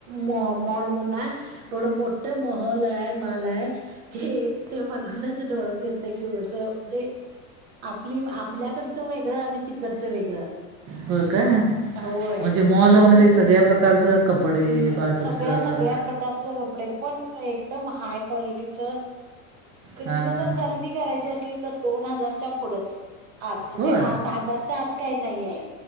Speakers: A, on the right; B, on the right.
A: मॉ मॉल म्हण एवढं मोठ मोहौल आहे माल आहे ते ते बघवण्याच डोळ फिरत. कं कि म्हणजे आपली आपल्याकडचं वेगळं आणि तिकडचं वेगळं
B: होय का
A: होय
B: म्हणजे मॉल
A: इथ
B: म्हणजे सगळ्या प्रकारचं कपडे
A: हम्म
B: बा तुमचं
A: सगळ्या सगळ्या प्रकारचे कपडे पण एकदम हाय क्वालिटीच
B: हां
A: तिथं
B: हां
A: जर खरेदी कराय ते असली तर दोन हजारच्या पुढच आत म्हणजे
B: हो हां
A: आत हजारच्या आत काही नाय आहे